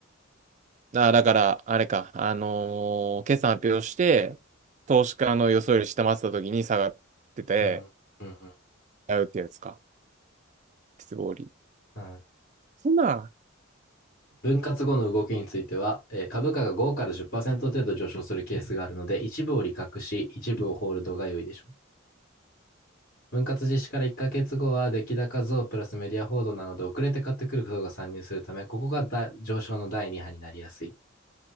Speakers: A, on the right; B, on the left.
A: あだから、あれか、あのー決算発表して、投資家の予想より下回ってた時に下がってて、
B: うん、うん、うん。
A: やうってやつか。鉄棒売り。
B: うん
A: そんな。
B: 分割後の動きについては、えー株価が5から10%程度上昇するケースがあるので、一部を利確し、一部をホールドが良いでしょう。分割実施から1ヶ月後は、出来高増プラスメディア報道なので、遅れて買ってくる人が参入するため、ここがだ上昇の第2波になりやすい。